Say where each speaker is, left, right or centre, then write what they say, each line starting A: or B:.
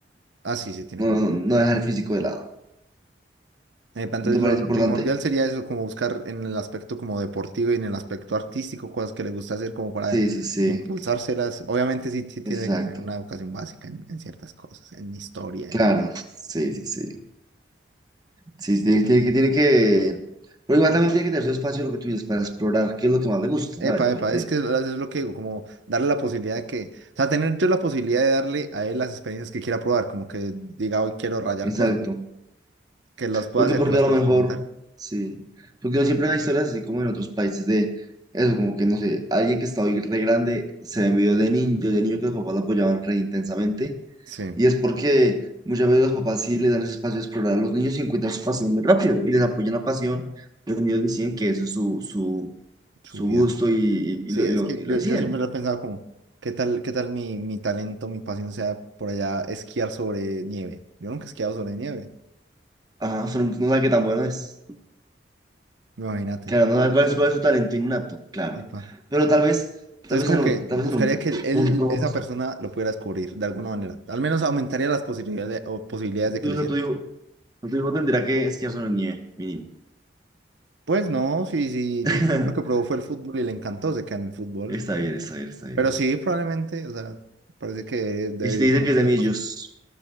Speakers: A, on the right (about 80°); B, on the right (about 20°).
A: Ah, sí, sí, tiene
B: No,
A: que...
B: no, no dejar el físico de lado.
A: Epa, entonces
B: ¿No te parece
A: lo, lo
B: importante?
A: primordial sería eso, como buscar en el aspecto como deportivo y en el aspecto artístico cosas que le gusta hacer como para
B: Sí, sí, sí.
A: impulsárselas. Obviamente sí, sí tiene
B: Exacto.
A: que tener una educación básica en, en ciertas cosas, en historia,
B: Claro.
A: en...
B: Sí, sí, sí. Sí, sí, tiene, tiene que, tiene que... Pero igual también tiene que tener su espacio, lo que tú dices, para explorar qué es lo que más le gusta,
A: Epa,
B: ¿sabes?
A: epa,
B: Porque,
A: es que eso es lo que digo, como darle la posibilidad de que, o sea, tener yo la posibilidad de darle a él las experiencias que quiera probar, como que diga hoy quiero rayar
B: exacto.
A: cosas, que las pueda
B: Porque,
A: hacer,
B: porque
A: que las
B: a lo
A: pueda
B: mejor,
A: experimentar.
B: sí. Porque yo siempre veo historias así como en otros países de eso, como que no sé, alguien que está hoy re grande se ve en videos de niño, de niño que los papás lo apoyaban re intensamente.
A: Sí,
B: Y es porque muchas veces los papás sí les dan ese espacio de explorar a los niños y encuentran su pasión muy rápido y les apoyan la pasión. Los niños deciden que eso es su, su,
A: su
B: su
A: vida.
B: gusto y, y,
A: Sí,
B: lo,
A: es
B: y, lo,
A: que
B: y
A: yo,
B: lo deciden.
A: yo siempre lo he pensado como, ¿qué tal, qué tal mi, mi talento, mi pasión sea por allá esquiar sobre nieve? Yo nunca he esquiado sobre nieve,
B: Ajá, son, no saben qué tan bueno es.
A: imagínate.
B: Claro, no saben cuál es, cuál es su talento innato, claro.
A: Epa.
B: Pero tal vez,
A: Entonces
B: tal vez
A: como
B: en un,
A: que buscaría
B: tal vez en un
A: que él, él-
B: punto.
A: esa persona lo pudiera descubrir de alguna manera. Al menos aumentaría las posibilidades, o posibilidades
B: Tu
A: de que
B: hijo,
A: lo hiciera.
B: tu hijo, tu hijo tendrá que esquiar en nieve, mínimo.
A: Pues no, si, si
B: <laughs>
A: lo primero que probó fue el fútbol y le encantó, se queda en el fútbol.
B: Está bien, está bien, está bien.
A: Pero sí, probablemente, o sea, parece que debe
B: Y si te
A: ir
B: dice
A: un montón
B: que es de
A: de
B: millos,
A: cosas.